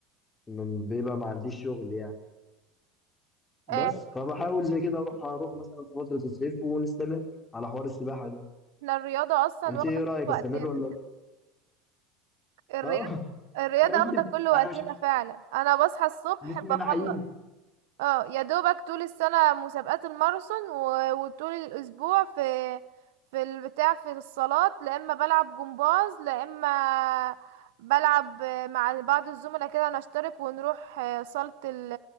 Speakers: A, on the left; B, on the right.
A: لما بيبقى ما عنديش شغل يعني بس
B: آه،
A: فبحاول زي كده اروح اروح مثلا في فترة الصيف ونستمر على حوار السباحة ده
B: احنا الرياضة اصلا
A: انت
B: واخدة
A: ايه
B: كل
A: رأيك
B: وقتنا
A: استمر ولا لا؟
B: الرياضة
A: اه <laughs>
B: الرياضة
A: احنا مش
B: واخدة كل وقتنا
A: احنا مش
B: فعلا انا بصحى الصبح
A: مش من
B: بخلص
A: الحقيقي
B: اه يا دوبك طول السنة مسابقات الماراثون و- وطول الأسبوع في في البتاع في الصالات لا إما بلعب جمباز لا إما بلعب مع بعض الزملاء كده نشترك ونروح آه، صالة ال-